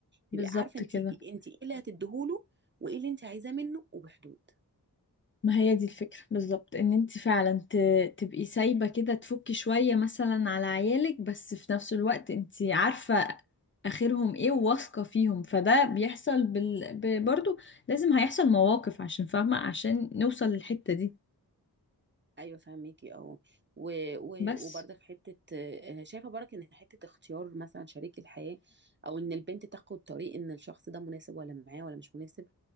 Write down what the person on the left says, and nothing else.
بالظبط
كده
ما هي دي الفكرة بالظبط ان انت فعلا ت... تبقي سايبة كده تفكي شوية مثلا على عيالك بس في نفس الوقت انت عارفة اخرهم ايه وواثقة فيهم فده بيحصل بال... ب... برضو لازم هيحصل مواقف عشان فاهمة عشان نوصل للحتة دي
بس